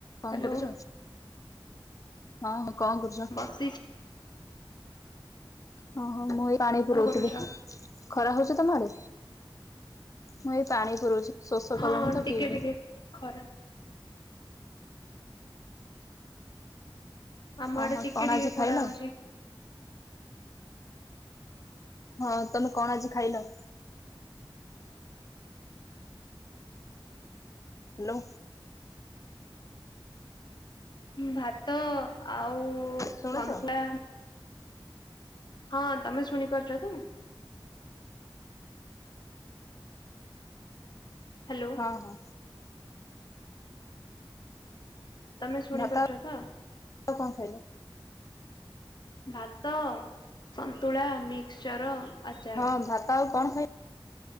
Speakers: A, on the left; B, on the left.
A: କଣ
B: ହ୍ୟାଲୋ
A: କରୁଛ ହଁ ହଁ କଣ କରୁଛ।
B: ସି।
A: ହଁ ହଁ ମୁଁ ଏ ପାଣି
B: କଣ
A: ପୁରଉଥିଲି।
B: କରୁଛ?
A: ଖରା ହଉଛି ତମ ଆଡେ ମୁଁ ଏଇ ପାଣି ପୁରଉଛି ଶୋଷ
B: ହଁ
A: କଲିଣି ତ
B: ଟିକେ
A: ପିଇବି।
B: ଟିକେ ଖରା। ଆମ ଆଡେ
A: ଓହୋ
B: ଟିକେ
A: କଣ
B: ଟିକେ
A: ଆଜି
B: ଖରା
A: ଖାଇଲ?
B: ହଉଛି।
A: ହଁ ତମେ କଣ ଆଜି ଖାଇଲ। ହାଲୋ।
B: ଭାତ ଆଉ
A: ଶୁଣୁଛ?
B: ସନ୍ତୁଳା। ହଁ ତମେ ଶୁଣିପାରୁଛ ତ। ହାଲୋ।
A: ଅ ହ।
B: ତମେ ଶୁଣିପାରୁଚ
A: ଭାତ
B: ତ।
A: ଆଉ କଁ ଖାଇଲ।
B: ଭାତ ସନ୍ତୁଳା ମିକ୍ସଚର। ଆଚାର।
A: ହଁ ଭାତ ଆଉ କଣ ଖାଇ